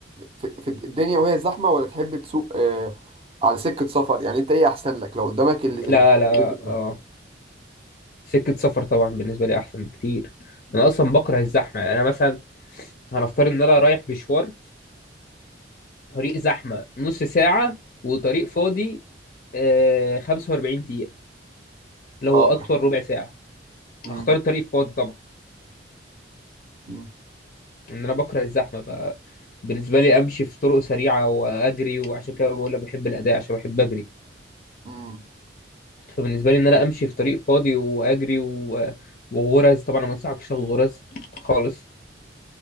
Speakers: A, on the right; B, on the left.
A: في, في الدنيا وهي زحمه ولا تحب تسوق آه، على سكه سفر يعني انت ايه احسن لك لو قدامك اللي اللي
B: لا
A: اختيارين
B: لا
A: دول؟
B: اه سكه سفر طبعا بالنسبه لي احسن بكتير انا اصلا بكره الزحمه يعني انا مثلا هنفترض ان انا رايح مشوار طريق زحمه نص ساعه وطريق فاضي آه 45 دقيقه اللي
A: <laughs>
B: هو اطول ربع ساعه
A: مم.
B: هختار الطريق الفاضي طبعا
A: مم.
B: ان انا بكره الزحمه فبالنسبه لي امشي في طرق سريعه واجري وعشان كده بقول لك بحب الاداء عشان بحب اجري
A: مم.
B: فبالنسبه لي ان انا امشي في طريق فاضي واجري و... وغرز طبعا أنا ما انصحكش تاخد غرز خالص